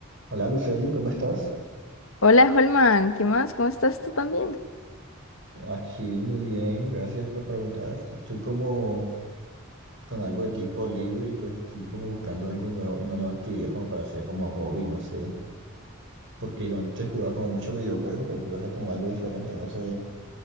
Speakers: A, on the right; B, on the left.
A: Hola Luceli, ¿cómo estás?
B: Hola, Holman, ¿qué más? ¿Cómo estás tú también?
A: Aquí muy bien, gracias por preguntar. Estoy como con algo de tiempo libre y pues estoy como buscando algo nuevo, una nueva actividad como para hacer como hobby, no sé. Porque yo antes jugaba como muchos videojuegos, pero quiero hacer como algo diferente, no sé